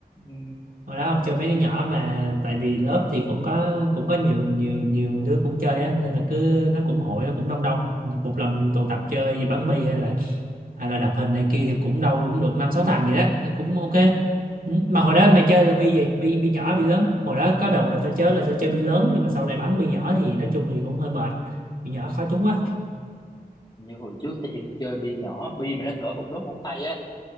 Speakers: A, on the left; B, on the right.
A: ừ.
B: hồi đó không chơi mấy đứa nhỏ mà tại vì lớp thì cũng có cũng có nhiều nhiều nhiều đứa cũng chơi á nên là cứ nó cũng hội nó cũng đông đông một lần tụ tập chơi gì bắn bi hay là hay là đập hình này kia thì cũng đâu cũng được năm sáu thằng vậy đó nên cũng ok Ừ, mà hồi đó mày chơi là bi gì bi bi nhỏ bi lớn hồi đó có đợt là tao chơi là tao chơi bi lớn nhưng mà sau này bắn bi nhỏ thì nói chung thì cũng hơi mệt bi nhỏ khó trúng quá
A: như hồi trước thì em chơi bi nhỏ bi mà nó cỡ một đốt ngón tay á